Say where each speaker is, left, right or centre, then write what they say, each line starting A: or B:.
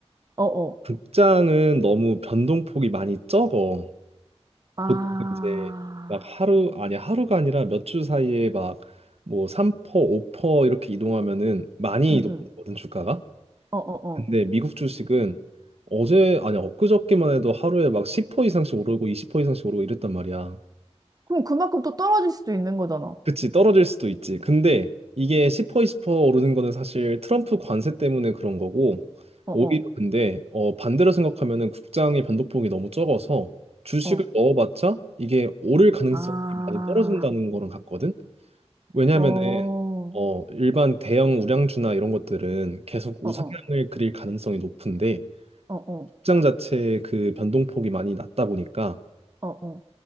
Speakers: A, on the right; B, on the right.
A: 어, 어.
B: 국장은 너무 변동폭이 많이 적어
A: 아,
B: 보통 이제 막 하루 아니 하루가 아니라 몇 주 사이에 막 뭐 3%, 5% 이렇게 이동하면은 많이
A: 응,
B: 이동하거든
A: 응.
B: 주가가
A: 어, 어, 어.
B: 근데 미국 주식은 어제 아니 엊그저께만 해도 하루에 막 10% 이상씩 오르고 20% 이상씩 오르고 이랬단 말이야.
A: 그럼 그만큼 또 떨어질 수도 있는 거잖아.
B: 그치 떨어질 수도 있지. 근데 이게 10% 20% 오르는 거는 사실 트럼프 관세 때문에 그런 거고
A: 어,
B: 오히려
A: 어,
B: 근데 어 반대로 생각하면은 국장의 변동폭이 너무 적어서 주식을
A: 어.
B: 넣어봤자 이게 오를 가능성이
A: 아,
B: 많이 떨어진다는 거랑 같거든. 왜냐면은
A: 어, 어,
B: 어 일반 대형 우량주나 이런 것들은 계속 우상향을
A: 어, 어,
B: 그릴 가능성이 높은데
A: 어,
B: 시장 자체의 그 변동폭이 많이 낮다 보니까
A: 어, 어.